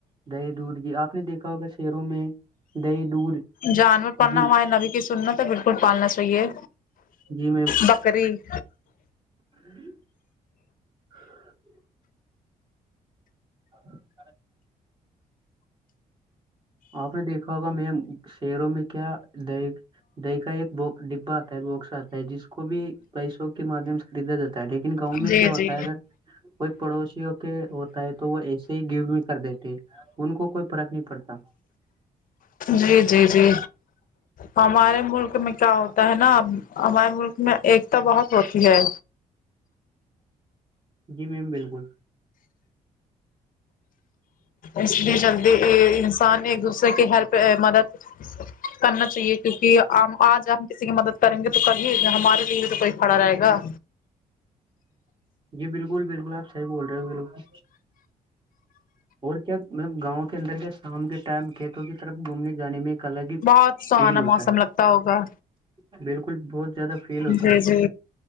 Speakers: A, on the right; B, on the left.
A: دہی دودھ کی آپ نے دیکھا ہوگا شہروں میں دہی دودھ
B: جانور پالنا
A: جی
B: ہمارے نبی کی سننا تھا بالکل پالنا چاہیے
A: جی
B: بکری <inaudible>
A: جی <inaudible> ہاں آپ نے دیکھا ہوگا میم شہروں میں کیا د دہی کا ایک ڈبا آتا ہے بکس آتا ہے جس کو بھی پیسوں کے مادھیم سے خریدا جاتا ہے لیکن لن گاؤں میں
B: جی
A: کیا ہوتا
B: جی
A: ہے اگر کوئی پڑوسیوں کے ہوتا ہے تو وہ ایسے ہی گیفٹ بھی کر دیتے ان کو کوئی فرق نہیں پڑتا
B: جی جی جی ہمارے ملک میں کیا ہوتا ہے نا ہمارے ملک میں ایکتا بہت ہوتی ہے
A: جی میم بالکل
B: اس کے جلدی انسان ایک دوسرے کی ہیلپ مدد کرنا چاہیے کیونکہ ہم آج ہم کسی کی مدد کریں گے تو کل ہی ہمارے لیے تو کوئی کھڑا رہے گا
A: جی بالکل بالکل آپ صح بول رہے ہو بالکل اور کیا م گاؤں کے اندر کیا شام کے ٹائم کھیتوں کی طرف گھومنے جانے میں الگ ہی
B: بہت سہانا
A: فیل ہوتا
B: موسم
A: ہے
B: لگتا ہوگا
A: بالکل بہت زیادہ فیل ہوتا
B: جی
A: ہے
B: جی